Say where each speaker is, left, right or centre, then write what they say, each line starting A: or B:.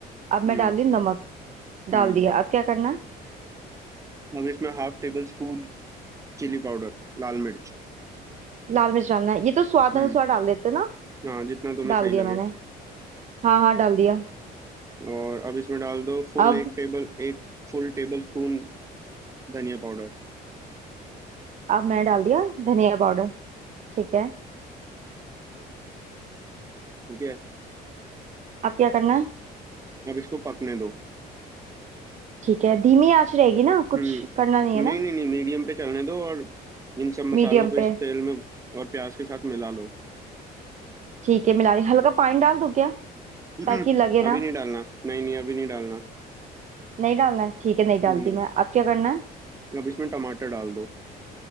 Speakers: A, on the right; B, on the right.
A: अब
B: हम्म
A: मैं डाल दी नमक
B: हम्म
A: डाल दिया अब क्या करना है
B: अब इसमें half tablespoon chilli powder लाल मिर्च
A: लाल मिर्च डालना है ये तो स्वाद
B: हम्म
A: अनुसार डाल देते ना
B: हाँ जितना तुम्हें
A: डाल
B: सही
A: दिया
B: लगे
A: मैंने हाँ हाँ डाल दिया
B: और अब इसमें डाल दो फुल
A: अब
B: एक टेबल एक फुल टेबल स्पून धनिया पाउडर
A: अब मैंने डाल दिया धनिया पाउडर ठीक है
B: ठीक है
A: अब क्या करना है
B: अब इसको पकने दो
A: ठीक है धीमी आंच रहेगी ना कुछ
B: हम्म
A: करना नहीं है ना
B: नहीं नहीं नहीं मीडियम पे चलने दो और इन सब मसालों
A: मीडियम
B: को इस
A: पे
B: तेल में और प्याज के साथ मिला लो
A: ठीक है मिला रही हल्का पानी डाल दूं क्या
B: हम्म
A: ताकि लगे
B: अभी
A: ना
B: नहीं डालना नहीं नहीं अभी नहीं डालना
A: नहीं डालना है ठीक है नहीं डालती
B: हम्म
A: मैं अब क्या करना है
B: अब इसमें टमाटर डाल दो